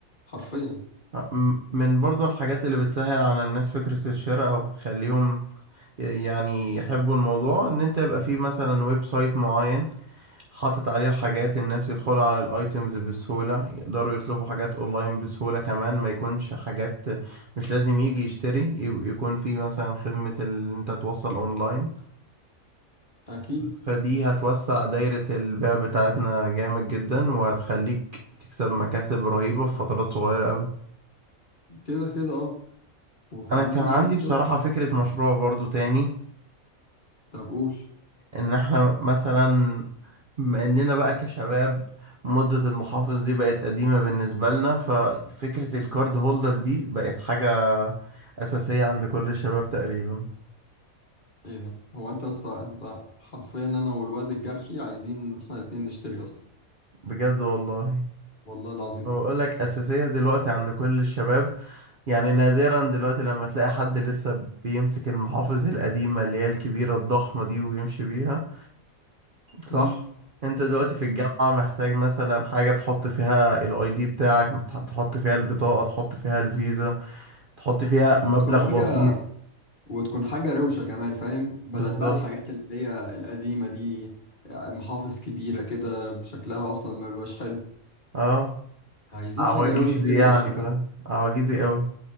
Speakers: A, on the left; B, on the right.
A: حرفيا
B: آه، م- من برضو الحاجات اللي بتسهل على الناس فكرة الشراء او بتخليهم ي- يعني يحبوا الموضوع ان انت يبقى فيه مثلا ويب سايت معين حاطط عليه الحاجات الناس يدخلوا على الايتمز بسهولة يقدروا يطلبوا حاجات اونلاين بسهولة كمان ما يكونش حاجات مش لازم يجي يشتري ي- يكون فيه مثلا خدمة ال- انت توصل اونلاين
A: أكيد
B: فدي هتوسع دايرة البيع بتاعتنا جامد جدا وهتخليك تكسب مكاسب رهيبة في فترات صغيرة قوي
A: كده كده أه وكمان
B: أنا كان عندي
A: يا اسطى
B: بصراحة فكرة مشروع برضو تاني
A: طب قول
B: إن إحنا مثلا بما إننا بقى كشباب مدة المحافظ دي بقت قديمة بالنسبة لنا ففكرة الكارد هولدر دي بقت حاجة أساسية عند كل الشباب تقريبا
A: إيه ده؟ هو أنت يا اسطى أنت حرفيا أنا والواد الجرحي عايزين إحنا الاتنين نشتري أصلا
B: بجد والله
A: والله العظيم
B: بقول لك أساسية دلوقتي عند كل الشباب يعني نادرا دلوقتي لما تلاقي حد لسه بيمسك المحافظ القديمة اللي هي الكبيرة الضخمة دي ويمشي بيها صح؟
A: امم
B: انت دلوقتي في الجامعة محتاج مثلا حاجة تحط فيها الاي دي بتاعك مت- تحط فيها البطاقة تحط فيها الفيزا تحط فيها مبلغ
A: وتكون حاجة
B: بسيط
A: وتكون حاجة روشة كمان فاهم بدل
B: بالظبط
A: بقى الحاجات اللي هي القديمة دي محافظ كبيرة كده بشكلها أصلا ما بيبقاش حلو
B: اه
A: عايزين
B: عواجيزي
A: حاجة روشة كده
B: يعني
A: للشباب
B: فاهم عواجيزي قوي